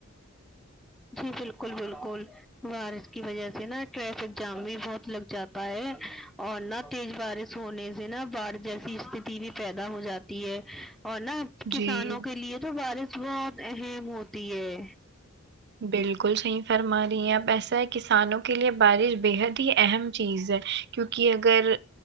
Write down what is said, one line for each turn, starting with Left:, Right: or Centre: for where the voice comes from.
Centre: جی بالکل بالکل بارش کی وجہ سے نا ٹریفک جام بھی بہت لگ جاتا ہے اور نہ تیز بارش سونے سے نا باڑھ جیسی استتی بھی پیدا ہو جاتی ہے اور نا کسانوں
Right: جی
Centre: کے لیے تو بارش بہت اہم ہوتی ہے
Right: بالکل صحیح فرما رہی ہیں اب ایسا ہے کسانوں کے لیے بارش بےحد ہی اہم چیز ہے کیونکہ اگر